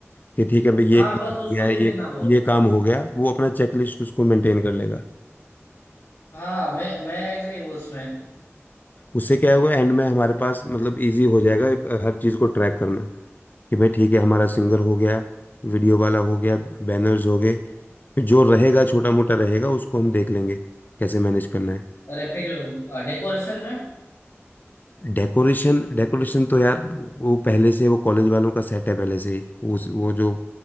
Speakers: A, on the left (about 40°); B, on the left (about 70°).
A: कि ठीक है भाई ये
B: हाँ
A: काम
B: बस
A: हो
B: उसको
A: गया
B: दे
A: ये
B: देना वो
A: ये काम हो गया वो अपना चेक लिस्ट उसको मेंटेन कर लेगा
B: हाँ मैं मैं एग्री हूँ उसमें
A: उससे क्या होगा एंड में हमारे पास मतलब इजी हो जाएगा हर चीज़ को ट्रैक करना कि भाई ठीक है हमारा सिंगर हो गया वीडियो वाला हो गया बैनर्स हो गए जो रहेगा छोटा मोटा रहेगा उसको हम देख लेंगे कैसे मैनेज करना है
B: अरे फिर डेकोरेशन में
A: डेकोरेशन डेकोरेशन तो यार वो पहले से वो कॉलेज वालों का सेट है पहले से ही उस वो जो